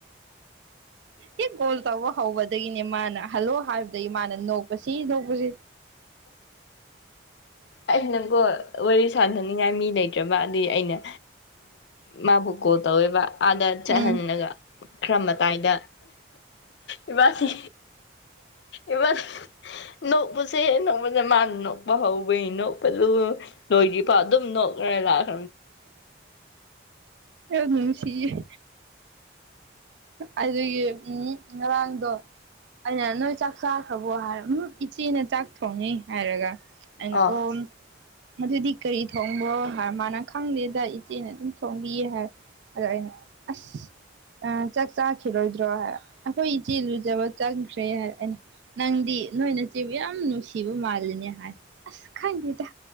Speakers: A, on the right; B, on the left.
A: ꯌꯦ ꯣꯜ ꯇꯕ ꯋꯥ ꯍꯕꯗ ꯃꯥꯅ ꯍꯜꯂꯣ ꯍꯥꯏꯕꯗ ꯏꯃꯥꯅ ꯅꯣꯛꯄ ꯁꯤ ꯅꯣꯛꯄꯁꯤ
B: ꯑ ꯅꯪꯀꯣ ꯋꯥꯔꯤ ꯁꯥꯟꯅꯅꯤꯡꯉꯥꯏ ꯃꯤ ꯂꯩꯇ꯭ꯔꯕ ꯑꯗꯨꯗꯤ ꯑꯩꯅ ꯃꯥꯕꯨ ꯀꯣꯜ ꯇꯧꯋꯦꯕ ꯑꯥꯗ ꯆꯠꯍꯜꯂꯒ
A: ꯎꯝ
B: ꯈꯔ ꯃꯇꯥꯏꯗ ꯏꯃꯁꯤ ꯏꯕ ꯅꯣꯛꯄꯁꯦ ꯍꯦ ꯅꯣꯛꯄꯁꯦ ꯃꯥꯅ ꯅꯣꯛꯄ ꯍꯧꯕꯩ ꯅꯣꯛꯄꯂꯨ ꯂꯣꯏꯗꯤꯕ ꯑꯗꯨꯝ ꯅꯣꯛꯈ꯭ꯔ ꯂꯥꯛꯑꯦ
A: ꯑ ꯁꯤ ꯑꯗꯨꯒꯤ ꯎꯝ ꯉꯔꯥꯡꯗꯣ ꯑꯗꯨꯅ ꯅꯣꯏ ꯆꯥꯛ ꯆꯥꯈ꯭ꯔꯕꯣ ꯍꯥꯏꯔ ꯎꯝ ꯏꯆꯦꯅ ꯆꯥꯛ ꯊꯣꯡꯉꯤ ꯍꯥꯏꯔꯒ ꯑꯩꯅ
B: ꯑ
A: ꯑꯣꯝ ꯑꯗꯨꯗꯤ ꯀꯔꯤ ꯊꯣꯡꯕꯣ ꯍꯥꯏ ꯃꯥꯅ ꯈꯪꯗꯦꯗ ꯏꯆꯦꯅ ꯑꯗꯨꯝ ꯊꯣꯡꯕꯤꯌꯦ ꯍꯥꯏ ꯑꯗꯣ ꯑꯩꯅ ꯑꯁ ꯑ ꯆꯥꯛ ꯆꯥꯈꯤꯔꯣꯏꯗ꯭ꯔꯣ ꯍꯥꯏ ꯑꯩꯈꯣꯏ ꯏꯆꯤ ꯂꯨꯖꯕ ꯆ ꯈ꯭ꯔꯦ ꯍꯥꯏꯔꯛꯑꯅꯤ ꯅꯪꯗꯤ ꯅꯣꯏꯅ ꯆꯦꯕꯨ ꯌꯥꯝ ꯅꯨꯡꯁꯤꯕ ꯃꯥꯜꯂꯤꯅꯦ ꯍꯥꯏ ꯑꯁ ꯈꯪꯗꯦꯗ